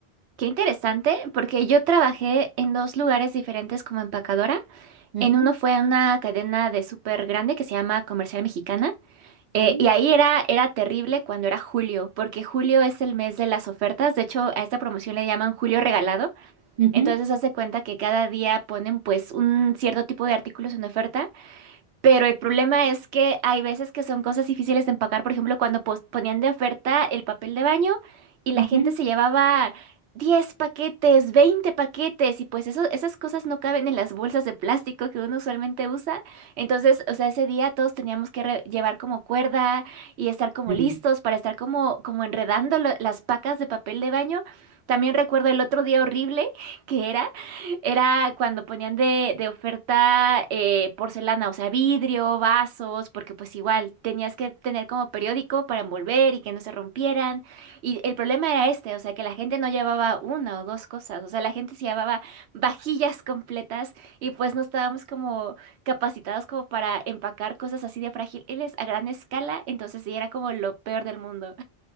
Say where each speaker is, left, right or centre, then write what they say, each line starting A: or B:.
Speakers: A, on the right (about 90°); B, on the right (about 55°).
A: Qué interesante, porque yo trabajé en dos lugares diferentes como empacadora.
B: Ujú,
A: En uno fue en una cadena de súper grande que se llama Comercial Mexicana. eh,
B: Sí,
A: y ahí era, era terrible cuando era julio, porque julio es el mes de las ofertas. De hecho, a esta promoción le llaman julio regalado.
B: Ujú,
A: Entonces, hace cuenta que cada día ponen pues un cierto tipo de artículos en oferta pero el problema es que hay veces que son cosas difíciles de empacar. Por ejemplo, cuando pos- ponían de oferta el papel de baño y la
B: ujú,
A: gente se llevaba 10 paquetes, 20 paquetes, y pues eso, esas cosas no caben en las bolsas de plástico que uno usualmente usa. Entonces, o sea, ese día todos teníamos que re- llevar como cuerda y estar como
B: sí.
A: listos para estar como, como enredando lo- las pacas de papel de baño. También recuerdo el otro día horrible que era. Era cuando ponían de, de oferta eh, porcelana, o sea, vidrio, vasos, porque pues igual tenías que tener como periódico para envolver y que no se rompieran. Y el problema era este, o sea, que la gente no llevaba una o dos cosas, o sea, la gente se llevaba vajillas completas y pues no estábamos como capacitados como para empacar cosas así de frágiles a gran escala, entonces sí era como lo peor del mundo.